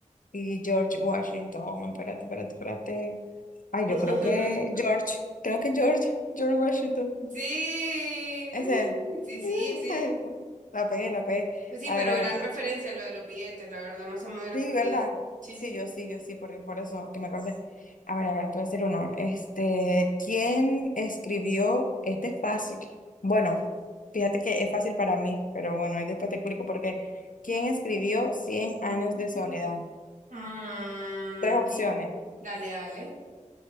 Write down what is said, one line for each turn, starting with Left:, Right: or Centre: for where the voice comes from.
Left: y George Washington. Espérate, espérate, espérate. Ay,
Right: <laughs>
Left: yo creo que George, creo que George, George Washington.
Right: Sí,
Left: Ese
Right: sí, sí, sí.
Left: es. <laughs> La pegué, la pegué.
Right: Pues Sí,
Left: A
Right: pero
Left: ver, a
Right: gran
Left: ver.
Right: referencia lo de los billetes, la verdad, no se me hubiera
Left: Sí,
Right: ocurrido.
Left: ¿verdad?
Right: Sí,
Left: Sí,
Right: sí.
Left: yo sí, yo sí, por, por eso que me acordé. A ver, a ver, te voy a decir uno. Este, ¿quién escribió? Este es fácil. Bueno, fíjate que es fácil para mí, pero bueno, ahí después te explico por qué. ¿Quién escribió Cien años de soledad?
Right: Mm,
Left: Tres opciones.
Right: sí. Dale, dale.